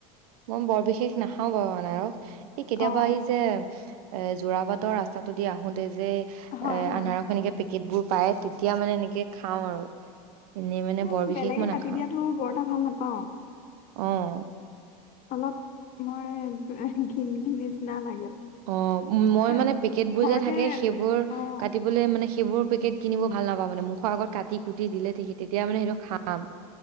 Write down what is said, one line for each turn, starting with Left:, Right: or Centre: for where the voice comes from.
Right: মই বৰ বিশেষ নাখাও বাৰু আনাৰস এই কেতিয়াবা
Left: অ',
Right: এই যে এ যোৰাবাটৰ ৰাস্তা টো দি আহোতে যে এ
Left: হয় অ'।
Right: আনাৰস এনেকে পেকিং। পেকেট বোৰ পায়। তেতিয়া মানে এনেকে খাওঁ আৰু এনেই মানে
Left: মোৰ
Right: বৰ বিশেষ
Left: বেলেগে
Right: মই নাখাওঁ।
Left: কাটি দিয়াতো বৰ এটা ভাল নাপাওঁ
Right: অহ
Left: অলপ মই ঘিন ঘিন নিচিনা লাগে।
Right: অ' মই
Left: এ,
Right: মানে পেকেট বোৰ
Left: ঘৰতে
Right: যে থাকে। সেইবোৰ
Left: অ
Right: কাটিবলৈ মানে সেইবোৰ পেকেট কিনিব ভাল নাপাওঁ মানে। মুখৰ আগত কাটি কুটি দিলে তেতি তেতিয়া মানে সেইটো খাম।